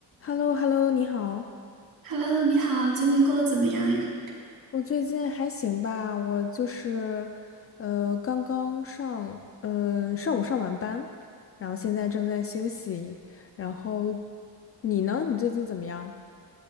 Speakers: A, on the left; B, on the right.
A: h e l l o h e l l o 你好。
B: Hello，你好，最近过得怎么样呀？
A: 我最近还行吧，我就是，呃，刚刚上，呃，上午上完班，然后现在正在休息。然后你呢？你最近怎么样？